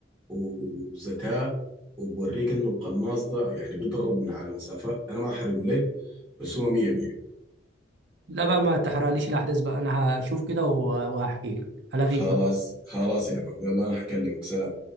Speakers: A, in the centre; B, on the right.
A: وذكاء وبوريك انه القناص ده يعني بيضرب من على مسافات انا ما احرقه لك بس هو 100 100
B: لا بقى ما تحرقليش الأحداث بقى أنا هشوف كده وه- وهحكي لك هلغيك
A: خلاص
B: بقى
A: خلاص يا مان يلا انا حكلمك سلام